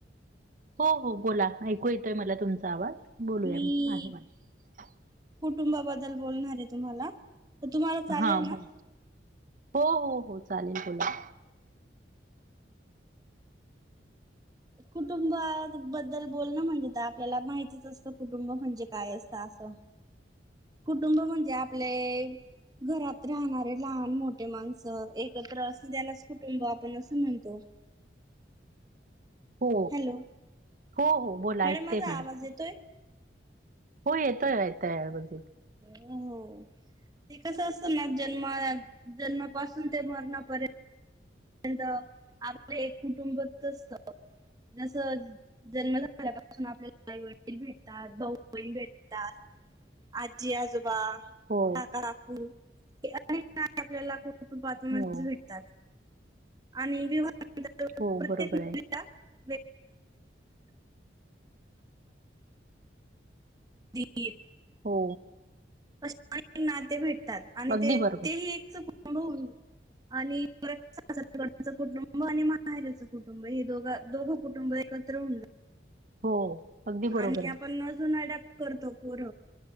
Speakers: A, on the right; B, on the right.
A: हो -हो बोला ऐकू येतोय मला तुमचा आवाज बोलूया
B: मी
A: आहे मला <inaudible>
B: कुटुंबाबद्दल बोलणार आहे तुम्हाला- तर तुम्हाला चालेल
A: हा
B: ना?
A: बोल हो -हो- हो चालेल बोला
B: कुटुंबाबद्दल बोलणं म्हणजे आपल्याला माहितीच असतं कुटुंब म्हणजे काय असतं कुटुंब म्हणजे आपले घरात राहणारे लहान मोठ ठे माणसं एकत्र असं <unintelligible> त्यालाच कुटुंब आपण असं म्हणतो <unintelligible> <inaudible>
A: हो
B: हॅलो
A: हो हो बोला ऐकतेय
B: माझा
A: मॅडम,
B: आवाज येतोय?
A: हो येतोय येतोय आवाज
B: हो हो ते कसं असत ना जन्मा जन्मापासून ते मरणापर्यंत ंआपलं एक कुटुंबच असत जस जन्म झाल्यापासून आपल्याला आई वडील भेटतात भाऊ बहीण भेटतात, आजी आजोबा
A: हो
B: काका काकू अनेक आपल्याला खूप <unintelligible>
A: हो
B: भेटतात आणि <unintelligible>
A: हो
B: प्रत्येक
A: बरोबर आहे
B: मुलीला व <unintelligible>
A: हो
B: अ नाते भेटतात आणि
A: अगदी
B: ते
A: बरोबर
B: तेही एक चकून <unintelligible> आणि <unintelligible> <unintelligible> कुटुंब आणि माहेरचं कुटुंब हे दोघ दोघं कुटुंब एकत्र होन ज ह
A: हो अगदी बरोबर
B: आणि आपण
A: आहे
B: अजून अडप्ट करतो पोर